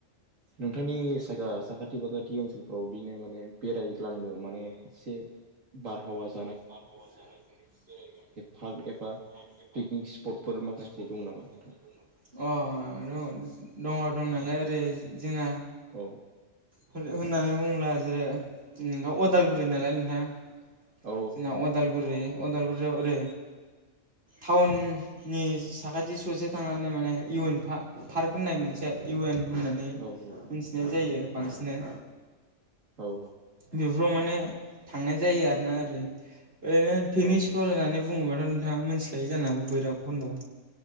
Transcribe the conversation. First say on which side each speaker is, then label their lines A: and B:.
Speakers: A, on the right; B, on the right.
A: नोंथांनि साखा-साखाथि फाखाथि ओनसोलफ्राव बिदिनो माने बेरायग्लांनो माने एसे बारहावा जा
B: <unintelligible>
A: पार्क एबा पिकनिक स्पटफोर माखासे दं नामा नोंथां
B: दङ' दंनायालाय
A: औ
B: ओरै जोंना
A: औ
B: होन-होननानै बुङोब्ला जेरै जोंनाथ अदालगुरि नालाय नोंथाङा।
A: औ
B: जोंना अदालगुरि। अदालगुरियाव ओरै टाउननि साखाथि ससे थांनानै माने इउ एन पा-पार्क होननाय मोनसे इउ एन होननानै
A: औ
B: मिन्थिनाय जायो। बांसिनो।
A: अ
B: बेफोराव माने थांनाय जायो आरोना ओरै ओरैनो पिकनिक
A: औ
B: स्पट होनानै बुङोबाथ' नोंथाङा मोन्थिखायो जानो हागौ बैराब खन्द।